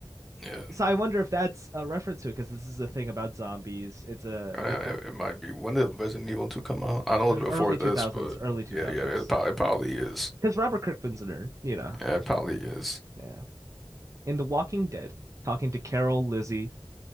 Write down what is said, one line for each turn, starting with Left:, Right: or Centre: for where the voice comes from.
Centre: Yeah,
Right: So I wonder if that's a reference to it because this is a thing about zombies. It's a
Centre: Uh, it, it might be. When did Resident Evil 2 come out? I know it's before
Right: early
Centre: this,
Right: 2000s,
Centre: but
Right: early 2000s.
Centre: yeah, yeah, it probably it probably is.
Right: Because Robert Kirkman's a nerd, you know.
Centre: Yeah, it probably is.
Right: Yeah. In The Walking Dead, talking to Carol, Lizzie,